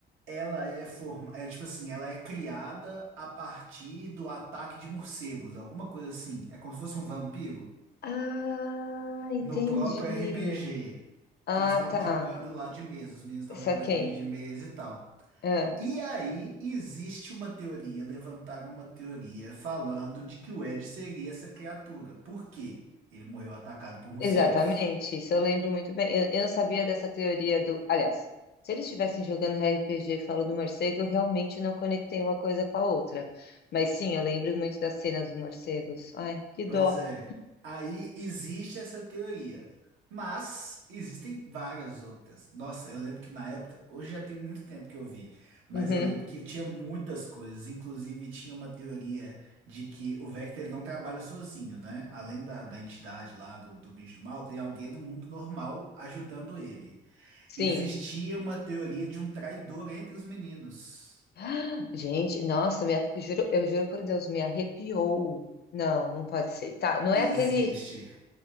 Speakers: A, on the right; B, on the left.
A: Ela é forma, é tipo assim, ela é criada a partir do ataque de morcegos, alguma coisa assim. É como se fosse um vampiro
B: Ah, entendi.
A: no próprio RPG
B: Ah,
A: que eles estavam
B: tá.
A: jogando lá de mesa. Os meninos estavam
B: Saquei.
A: jogando RPG de mesa e tal.
B: Ah,
A: E aí existe uma teoria, levantaram uma teoria falando de que o Ed seria essa criatura. Por quê? Ele morreu atacado por morcegos.
B: exatamente. Isso eu lembro muito bem. Eu, eu não sabia dessa teoria do. Aliás, se eles estivessem jogando RPG e falou do morcego, eu realmente não conectei uma coisa com a outra. Mas sim, eu lembro muito da cena dos morcegos. Ai, que dó.
A: Pois é. Aí existe essa teoria. Mas existem várias outras. Nossa, eu lembro que na época, hoje já tem muito tempo que eu vi, mas
B: Uhum,
A: eu lembro que tinha muitas coisas. Inclusive, tinha uma teoria de que o Vector ele não trabalha sozinho, né? Além da, da entidade lá do, do bicho do mal, tem alguém no mundo normal ajudando ele.
B: Sim.
A: Existia
B: <gasps>
A: uma teoria de um traidor entre os meninos.
B: Ah, Gente, nossa, me arre- eu juro, eu juro por Deus, me arrepiou. Não, não pode ser. Tá, não é
A: Existe.
B: aquele.